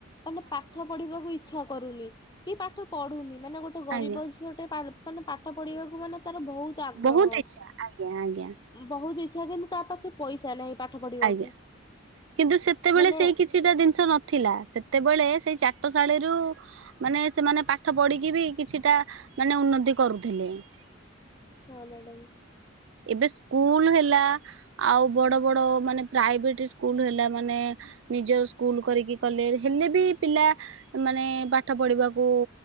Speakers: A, on the left (about 20°); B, on the right (about 65°).
A: ମାନେ ପାଠ ପଢିବାକୁ ଇଚ୍ଛା କରୁନି। କି ପାଠ ପଢୁନି। ମାନେ ଗୋଟେ ଗରିବ
B: ଆଜ୍ଞା
A: ଝିଅଟେ ପା ମାନେ ପାଠ ପଢିବାକୁ ମାନେ ତାର ବହୁତ ଆଗ୍ରହ।
B: ବହୁତ ଇଚ୍ଛା ଆଜ୍ଞା ଆଜ୍ଞା
A: ବହୁତ ଇ ଇଚ୍ଛା କିନ୍ତୁ ତା ପାଖେ ପଇସା ନାହିଁ ପାଠ ପଢିବାକୁ।
B: ଆଜ୍ଞା କିନ୍ତୁ ସେତେବେଳେ
A: ମାନେ
B: ସେଇ କିଛିଟା ଜିନିଷ ନଥିଲା। ସେତେବେଳେ ସେଇ ଚା ଟ ଶାଳୀରୁ ମାନେ ସେମାନେ ପାଠ ପଢିକି ବି କିଛିଟା ମାନେ ଉନ୍ନତି କରୁଥିଲେ। <unintelligible>
A: ହଁ ମ୍ୟାଡ଼ମ।
B: ଏବେ ସ୍କୁଲ ହେଲା ଆଉ ବଡ ବଡ ମାନେ ପ୍ରାଇଭେଟ ସ୍କୁଲ ହେଲା ମାନେ ନିଜର ସ୍କୁଲ କରିକି କଲେଜ ହେଲେ ବି ପିଲା ମାନେ ପାଠ ପଢିବାକୁ